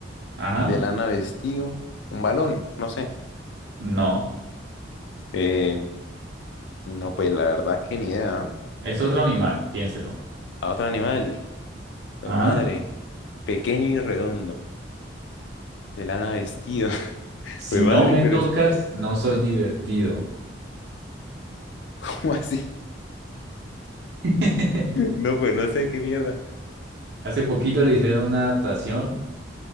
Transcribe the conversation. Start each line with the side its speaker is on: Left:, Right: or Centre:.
Right: Ajá,
Left: de lana vestido, un balón, no sé.
Right: no,
Left: Eh, no, pues la verdad es que ni idea. ¿ah?
Right: es otro animal, piénselo.
Left: A otro animal, pues
Right: Ajá,
Left: madre, pequeño y redondo, de lana vestido. <laughs>
Right: si
Left: Pues madre,
Right: no me
Left: pero
Right: tocas
Left: es
Right: no soy divertido.
Left: <laughs> como así.
Right: <laughs>
Left: No, pues no sé qué mierda.
Right: Hace poquito le hicieron una adaptación